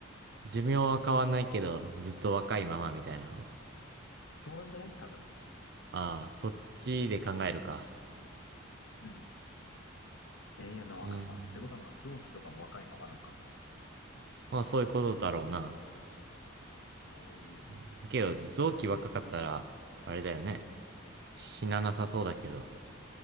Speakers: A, on the right; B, on the left.
A: 寿命は変わんないけど、ずっと若いままみたいなの
B: う。そうなんじゃない多分。
A: ああ、そっちで考えるか。
B: うん。永遠の若さ。
A: うん。
B: ってことは、まあ、臓器とかも若いままなんかな。
A: まあそういうことだろうな。
B: おー。
A: うんけど、臓器若かったら、あれだよね。死ななさそうだけど、